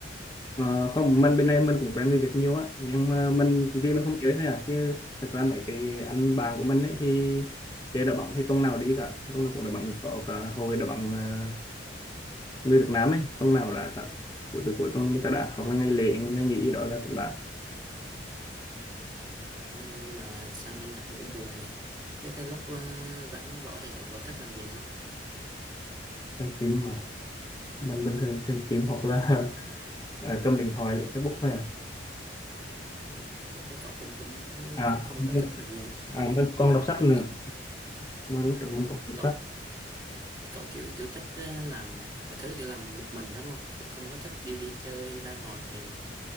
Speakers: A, on the left; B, on the right.
A: Ờ, không mình bên này mình cũng quen người Việt nhiều á nhưng mà mình vì mình
B: À,
A: không chơi thôi à chứ thực ra mấy cái anh bạn của mình ấy thì chơi đá bóng thì tuần nào đi cả tuần nào cũng đá bóng có cả hội đá bóng ờ, người Việt Nam ấy tuần nào đã cả cuối cuối cuối tuần người ta đã hoặc là ngày lễ ngày nghỉ gì đó là cũng đã
B: ừ. nhưng mà nhưng mà sang bên Nhật thì cũng buồn nhỉ thế thế lúc à, rảnh rỗi thì cậu, cậu thích làm gì không
A: xem phim mà mình bình thường xem phim hoặc là <laughs> ờ, cầm điện thoại lướt Facebook thôi à
B: Ừ. thế, thế cậu cũng cũng
A: à,
B: cũng không
A: không
B: có
A: biết.
B: thích làm gì không
A: à mình còn đọc sách
B: kiểu,
A: nữa
B: kiểu,
A: mà lúc trước mình còn đọc
B: cậu
A: sách
B: cậu kiểu kiểu thích à, làm mọi thứ kiểu làm một mình hết đúng không cũng không có thích đi đi chơi ra ngoài nhiều à